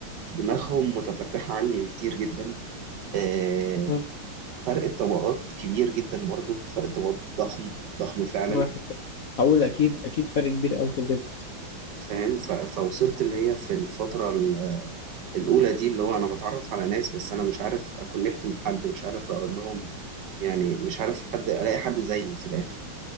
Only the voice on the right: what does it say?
دماغهم متفتحة عني بكتير جدا آه،
فرق الطبقات كبير جدا برضو فرق الطبقات ضخم ضخم فعلا
فاهم ف- فوصلت اللي هي في الفترة ال- الأولى دي اللي هو أنا بتعرف على ناس بس أنا مش عارف أكونكت مع حد مش عارف أقول لهم يعني مش عارف حد ألاقي حد زيي في الآخر